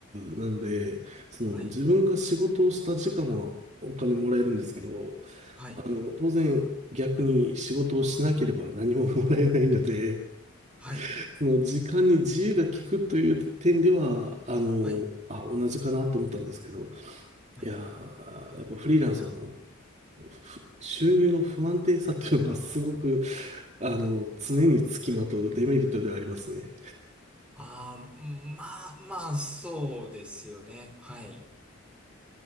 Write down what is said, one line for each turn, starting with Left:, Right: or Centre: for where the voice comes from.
Right: なんで、その、
Centre: はい。
Right: 自分が仕事をした時間はお金もらえるんですけど、
Centre: はい。
Right: あの、当然逆に仕事をしなければ何ももらえないので、
Centre: はい。
Right: <laughs> その時間に自由が利くという点では、あの、
Centre: はい。
Right: あ、同じかなと思ったんですけど、
Centre: はい。
Right: いやー、やっぱフリーランスはあの、ふ収入の不安定さっていうのはすごく、あの、常につきまとうデメリットではありますね。
Centre: ああ、まあ、まあ、そうですよね。はい。